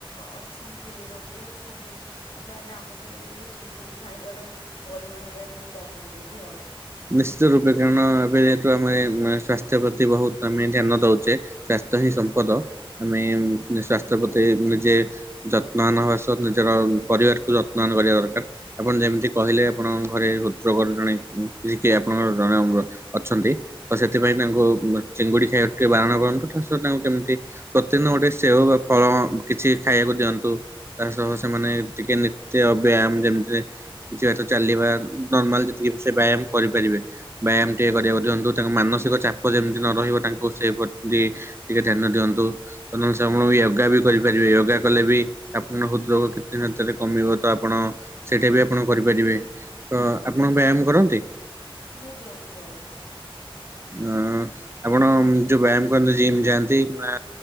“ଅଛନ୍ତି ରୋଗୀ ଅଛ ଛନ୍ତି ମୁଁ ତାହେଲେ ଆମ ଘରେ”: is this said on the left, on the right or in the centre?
Left